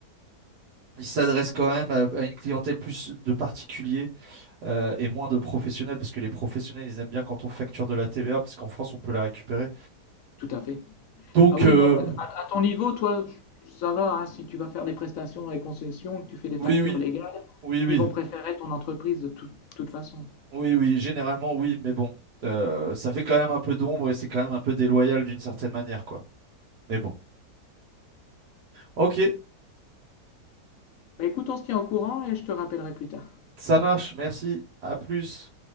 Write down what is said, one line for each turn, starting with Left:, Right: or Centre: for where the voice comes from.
Right: ils s'adressent quand même à, à une clientèle plus de particuliers. euh, et moins de professionnels, parce que les professionnels, ils aiment bien quand on facture de la TVA, parce qu'en France, on peut la récupérer.
Left: Tout à fait.
Right: Donc,
Left: Ah oui,
Right: euh,
Left: non, bah, à, à ton niveau, toi, ça va, hein, si tu vas faire des prestations et concessions, que tu fais des
Right: oui,
Left: factures
Right: oui,
Left: légales,
Right: oui, oui,
Left: ils vont préférer ton entreprise de tout- toute façon.
Right: oui, oui, généralement, oui, mais bon, euh, ça fait quand même un peu d'ombre et c'est quand même un peu déloyal d'une certaine manière, quoi. Mais bon, ok,
Left: Bah écoute, on se tient au courant et je te rappellerai plus tard.
Right: ça marche, merci, à plus.